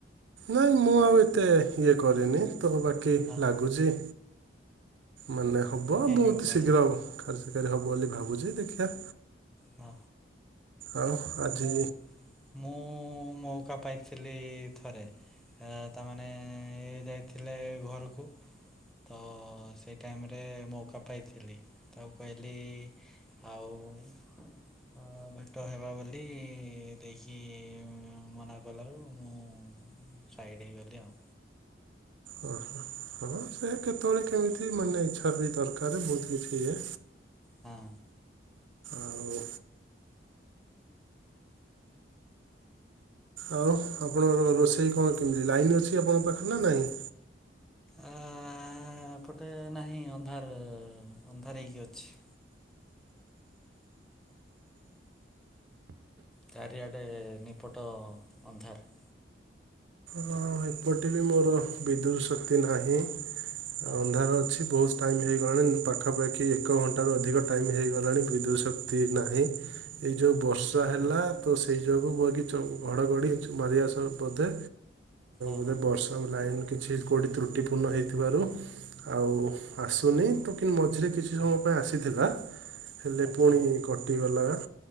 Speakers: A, on the right; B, in the centre.
A: ନାଇଁ ମୁଁ ଆଉ ଏତେ ଇଏ କରିନି ତ ବାକି
B: ହଁ
A: ଲାଗୁଛି। ମାନେ ହବ
B: ହେଇଯିବ
A: ବହୁତ
B: ଭଳିଆ
A: ଶୀଘ୍ର କାର୍ଯ୍ୟକାରୀ ହେବ ବୋଲି ଭାବୁଛି ଦେଖିଆ।
B: ହଁ।
A: ଆଉ ଆଜି
B: ମୁଁ ମୁଁ ମଉକା ପାଇଥିଲି ଥରେ। ତାମାନେ ଇଏ ଯାଇଥିଲେ ଘରକୁ। ତ ସେଇ ଟାଇମରେ ମଉକା ପାଇଥିଲି। ତାକୁ କହିଲି ଆଉ ଭେଟ ହେବା ବୋଲି ଦେଇକି ମନା କଲାରୁ ମୁଁ ସାଇଡ଼୍ ହେଇଗଲି ଆଉ।
A: ଓହୋ ହଁ ସେ କେତେବେଳେ କେମିତି ମାନେ ଇଚ୍ଛା ବି ଦରକାର ବହୁତ କିଛି ଇଏ।
B: ହଁ।
A: ଆଉ ଆଉ ରୁହ ରୁହ ରୁହ ସେ କଣ କେମିତି ଲାଇନ୍ ଅଛି ଆପଣଙ୍କ ପାଖରେ ନା ନାହିଁ।
B: ଆଆ ଏ ପଟେ ନାହିଁ ଅନ୍ଧାର ଅନ୍ଧାର ହେଇକି ଅଛି। ଚାରିଆଡ଼େ ନିପଟ ଅନ୍ଧାର।
A: ହଁ ଏପଟେ ବି ମୋର ବିଦ୍ୟୁତ୍ ଶକ୍ତି ନାହିଁ
B: ଓହୋ
A: ଅନ୍ଧାର ଅଛି। ବହୁତ ଟାଇମ୍ ହେଇଗଲାଣି ପାଖାପାଖି ଏକ ଘଣ୍ଟାରୁ ଅଧିକ ଟାଇମ୍ ହୋଇଇଗଲାଣି ବିଦ୍ୟୁତ୍ ଶକ୍ତି ନାହିଁ। ଏଇ ଯଉବର୍ଷା
B: ଓହୋ
A: ହେଲା ତ ସେଇ ଯୋଗୁକୁ କି ଘଡ଼ଘଡ଼ି ମାରିବା ବୋଧେ
B: ଓହୋ
A: ଏବେ ବର୍ଷା ଆମ ଲାଇନ୍ କିଛି କଉଠି ତ୍ରୁଟିପୂର୍ଣ୍ଣ ହେଇଥିବାରୁ ଆଉ ଆସୁନି ତ କିନ୍ତୁ ମ ମଝିରେ କିଛି ସମୟ
B: ଓ
A: ପାଇଁ ଆସିଥିଲା। ହେଲେ
B: ଆଚ୍ଛା
A: ପୁଣି କଟି ଗଲା।